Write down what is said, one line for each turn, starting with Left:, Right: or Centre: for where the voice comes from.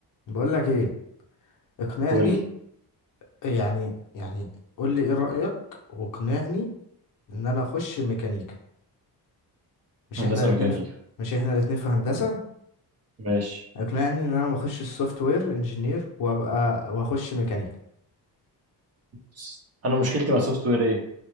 Left: بقول لك ايه اقنعني
Right: قول لي
Left: يعني يعني قول لي ايه رأيك واقنعني ان انا اخش ميكانيكا مش
Right: هندسه
Left: احنا الاتنين
Right: ميكانيكا
Left: في... مش احنا الاتنين في هندسة
Right: ماشي
Left: اقنعني ان انا ما اخش السوفت وير انجينير وابقى واخش ميكانيكا
Right: بس انا مشكلتي مع سوفت وير ايه